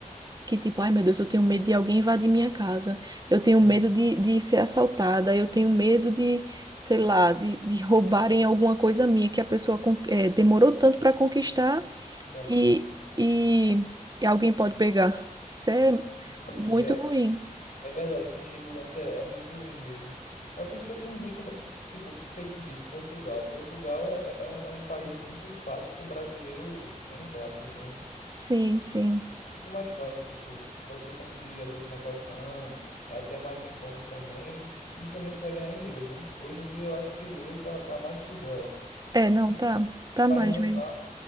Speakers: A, on the right; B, on the left.
A: que tipo, ai meu Deus, eu tenho medo de alguém invadir minha casa, eu tenho medo
B: Entendi.
A: de, de ser assaltada, eu tenho medo de, sei lá, de, de roubarem alguma coisa minha que a pessoa con- eh, demorou tanto para conquistar
B: Tá.
A: e, e, e alguém pode pegar. Isso é
B: Entendi.
A: muito
B: É,
A: ruim.
B: é verdade, essa insegurança é, é muito ruim mesmo. É por isso que eu te indico, tipo, feito disso, Portugal. Portugal é, é é um, é um país muito fácil pro brasileiro entrar, tá entendendo?
A: Sim, sim.
B: muito mais fácil, tipo, para você conseguir a documentação, é até mais em conta também, e e também você vai ganhar em euro, né? Hoje em dia eu acho que o euro tá, tá mais que o dólar.
A: É, não,
B: Você
A: tá. Tá
B: trabalhando
A: mais mesmo.
B: lá,